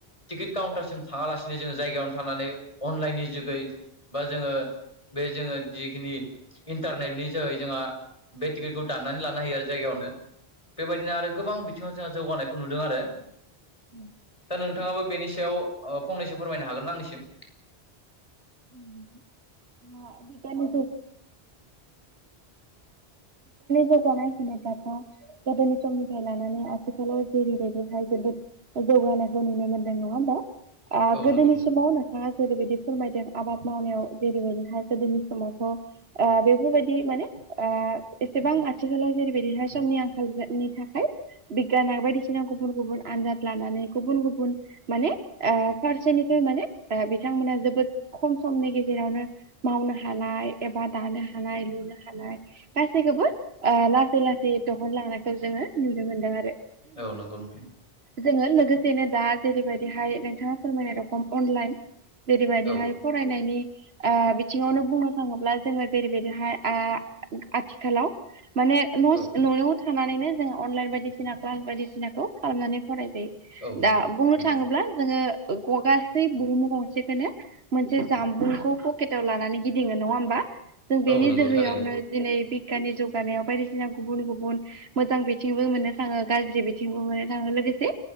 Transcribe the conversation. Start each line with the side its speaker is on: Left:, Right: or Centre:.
Left: टिकेट काउन्टारसिम थाङालासिनो जोङो जायगायावनो थानानै अनलाइननि जुगै बा जोङो बे जोङो जिखिनि इन्टारनेटनि जोहै जोंहा बे टिकेटखौ दाननानै लानो हायो आरो जायगायावनो। बेबायदिनो आरो गोबां बिथिङाव जोंहा जौगानायखौ नुदों आरो।
Right: उ
Left: दा नोंथाङाबो बेनि सायाव फंनैसो फोरमायनो हागोन ना आंनिसिम।
Right: <unintelligible> बिगियाननि जुगाव <unintelligible> गोदनि समनिफ्राय लानानै आथिखाल जेरैबायदिहाय जोबोद। जौगानायखौ नुनो मोनदों नङा होमबा
Left: औ
Right: गोदोनि
Left: नंगौ नोंथां
Right: समाव नोंथाङा जेरैबायदि फोरमायदों आबाद। मावनायाव जेरैबायदिहाय गोदोनि समावथ' बेफोरबायदि माने एसेबां आथिखालाव जेरैबायदिहाय समनि आंखालनि थाखाय बिगियान बायदिसिना गुबुन गुबुन आनजाद लानानै गुबुन गुबुन। माने फारसेनिफ्राय माने बिथांमोना जोबोद खम। समनि गेजेरावनो मावनो हानाय एबा दानो हानाय लुनो हानाय। गासैखौबो लासै लासै दिहुनलांनायखौ जोङो नुनो मोनदों आरो।
Left: औ नंगौ नाय।
Right: जोङो लोगोसेनो दा जेरैबायदिहाय नोंथाङा फोरमायनाय रखम अनलाइन जेरैबायदिहाय
Left: औ
Right: फरायनायनि बिथिङावनो बुंनो थाङोब्ला जोङो जेरैबायदिहाय आथिखालाव माने न'
Left: औ
Right: न'आव थानानैनो जोङो अनलाइन बायदिसिना क्लास बायदिसिनाखौ खालामनानै फराय जायो
Left: औ नंगौ
Right: दा बुंनो
Left: नंगौ
Right: थाङोब्ला जोङो गासै बुहुमु गंसेखौनो मोनसे जामबुंखौ पकेटाव लानानै गिदिङो नङा होमबा जों बेनि
Left: औ नंगौ
Right: जोहैयावनो
Left: थारैनो
Right: दिनै बिगियाननि जौगानायाव बायदिसिना गुबुन गुबुन मोजां बिथिंबो मोननो थाङो गाज्रि बिथिंबो मोननो थाङो लोगोसे